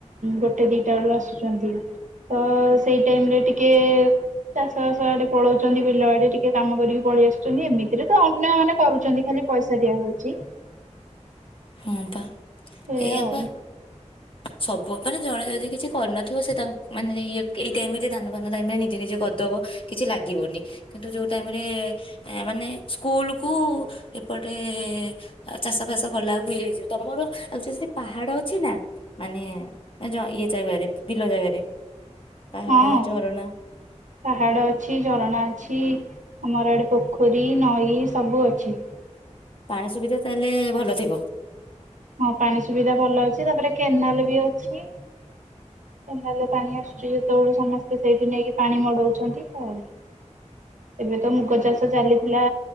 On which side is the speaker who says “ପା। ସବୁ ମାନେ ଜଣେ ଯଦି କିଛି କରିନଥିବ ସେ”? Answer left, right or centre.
Left